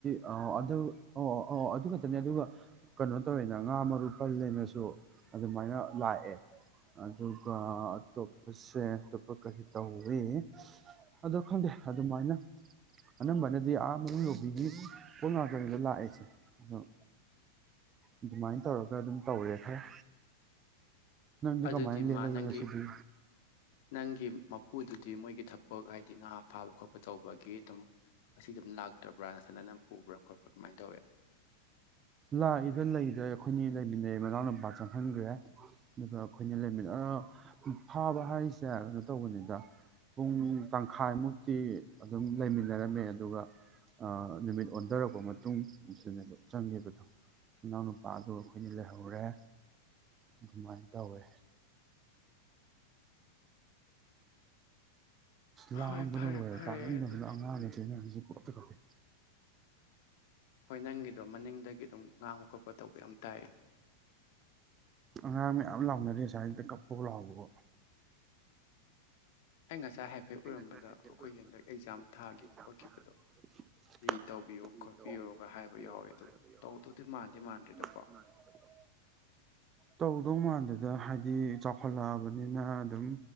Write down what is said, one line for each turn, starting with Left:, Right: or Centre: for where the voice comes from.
Right: ꯑ ꯑꯗꯨ ꯑꯣ ꯑꯣ ꯑꯣ ꯑꯗꯨ ꯈꯛꯇꯅꯦ ꯑꯗꯨꯒ ꯀꯩꯅꯣ ꯇꯧꯋꯦꯅ ꯉꯥ ꯃꯔꯨ ꯄꯜꯂꯦꯅꯁꯨ ꯑꯗꯨꯃꯥꯏꯅ ꯂꯥꯛꯑꯦ ꯑꯗꯨꯒ ꯑꯇꯣꯞꯄꯁꯦ ꯑꯇꯣꯞꯄ ꯀꯩ ꯇꯧꯏ ꯑꯗꯣ ꯈꯪꯗꯦ ꯑꯗꯨꯃꯥꯏꯅ ꯑꯅꯝꯕꯅꯗꯤ ꯑꯥ ꯃꯔꯨ ꯌꯧꯕꯤꯒꯤ ꯄꯨꯡ ꯃꯥꯄꯟꯗ ꯂꯥꯛꯑꯦꯁꯦ ꯑꯣ ꯑꯗꯨꯃꯥꯏꯅ ꯇꯧꯔꯒ ꯑꯗꯨꯝ ꯇꯧꯔꯦ ꯈꯔ ꯅꯪꯗꯤ
Left: ꯑꯗꯨꯗꯤ
Right: ꯀꯃꯥꯏꯅ ꯂꯦꯜꯂꯒꯦ
Left: ꯃꯥ ꯅꯪꯒꯤ
Right: ꯉꯁꯤꯗꯤ
Left: ꯅꯪꯒꯤ ꯃꯄꯨꯗꯨꯗꯤ ꯃꯣꯏꯒꯤ ꯊꯕꯛ ꯍꯥꯏꯗꯤ ꯉꯥ ꯐꯥꯕ ꯈꯣꯠꯄ ꯇꯧꯕꯒꯤ ꯑꯗꯨꯝ ꯉꯁꯤ ꯑꯗꯨꯝ ꯂꯥꯛꯇꯕ꯭ꯔꯥ ꯅꯊꯟꯗꯅ ꯄꯨꯕ꯭ꯔꯥ ꯈꯣꯠꯄ꯭ꯔꯥ ꯀꯃꯥꯏꯅ ꯇꯧꯋꯤ
Right: ꯂꯥꯛꯏꯗ ꯂꯩꯗ ꯑꯩꯈꯣꯏꯅꯤ ꯂꯩꯃꯤꯟꯅꯩ ꯃꯅꯥꯎꯅ ꯃꯥ ꯆꯪꯍꯟꯈ꯭ꯔꯦ ꯑꯗꯨꯒ ꯑꯩꯈꯣꯏꯅꯤ ꯂꯩꯃꯤꯟꯅ ꯐꯥꯕ ꯍꯥꯏꯔꯤꯁꯦ ꯇꯧꯕꯅꯤꯗ ꯄꯨꯡ ꯇꯪꯈꯥꯏꯃꯨꯛꯇꯤ ꯑꯗꯨꯝ ꯂꯩꯃꯤꯟꯅꯔꯝꯃꯦ ꯑꯗꯨꯒ ꯑ ꯅꯨꯃꯤꯠ ꯑꯣꯟꯗꯔꯛꯄ ꯃꯇꯨꯡ ꯑꯗꯨꯗꯅꯦꯕ ꯆꯪꯈꯤꯕꯗꯣ ꯏꯅꯥꯎ ꯅꯨꯄꯥ ꯑꯗꯨ ꯑꯩꯈꯣꯏꯅꯤ ꯂꯩꯍꯧꯔꯦ ꯑꯗꯨꯃꯥꯏꯅ ꯇꯧꯋꯦ ꯂꯥꯡꯕꯗ
Left: ꯍꯣꯏ ꯐꯔꯦ
Right: ꯂꯣꯏꯔ
Left: ꯐꯔꯦ
Right: ꯇꯥꯅꯤꯡꯗꯕꯅ
Left: ꯑꯗꯨꯅꯦ
Right: ꯑꯉꯥꯡꯅꯦ ꯀꯩꯅꯦ ꯍꯧꯖꯤꯛ ꯀꯞꯇ ꯀꯞꯄꯤ
Left: ꯍꯣꯏ ꯅꯪꯒꯤꯗꯣ ꯃꯅꯤꯡꯗꯒꯤ ꯑꯗꯨꯝ ꯉꯥꯡꯕ ꯈꯣꯠꯄ ꯇꯧꯕ ꯌꯥꯝ ꯇꯥꯏꯌꯦ
Right: ꯑꯉꯥꯡ ꯃꯌꯥꯝ ꯂꯥꯎꯅꯔꯤ ꯑꯁꯋꯥꯥꯏꯁꯤꯗ ꯀꯞꯄꯋꯣ ꯂꯥꯎꯕꯋꯣ
Left: ꯑꯩ ꯉꯁꯥꯏ ꯍꯥꯏꯐꯦꯠ
Right: ꯑꯩ
Left: ꯎꯔꯝꯕꯗ
Right: ꯉꯁꯥꯏ ꯍꯥꯏꯐꯦꯠ
Left: ꯑꯩꯈꯣꯏꯒꯤ
Right: ꯑꯩꯔꯝꯕꯗ
Left: ꯍꯟꯗꯛ
Right: ꯑꯩꯈꯣꯏꯒꯤ
Left: ꯑꯦꯛꯖꯥꯝ ꯊꯥꯈꯤꯕ
Right: ꯀꯦꯛꯖꯥꯝ
Left: ꯈꯣꯠꯈꯤꯕꯗꯣ
Right: ꯊꯥꯈꯤ ꯈꯣꯠꯈꯤꯕ
Left: ꯔꯤ ꯇꯧꯕꯤꯌꯣ
Right: ꯃꯌꯥꯝꯗꯣ ꯔꯤ
Left: ꯈꯣꯠꯄꯤꯌꯣꯒ
Right: ꯇꯧꯕꯤꯋꯣ ꯈꯣꯠꯄꯤꯌꯣꯀ
Left: ꯍꯥꯏꯕ ꯌꯥꯎꯋꯦ ꯑꯗꯣ
Right: ꯍꯥꯏꯕ ꯌꯥꯎꯋꯦꯕ
Left: ꯇꯧꯗꯧꯗꯤ ꯃꯥꯟꯗꯤ
Right: ꯇꯧꯗꯧꯗꯤ
Left: ꯃꯥꯟꯗ꯭ꯔꯦꯗꯀꯣ
Right: ꯃꯥꯟꯗꯦꯗ ꯇꯧꯗꯧ ꯃꯥꯟꯗꯦꯗ ꯍꯥꯏꯗꯤ ꯍꯥꯏꯗꯤ ꯆꯥꯎꯈꯠꯂꯛꯑꯕꯅꯤꯅ ꯑꯗꯨꯝ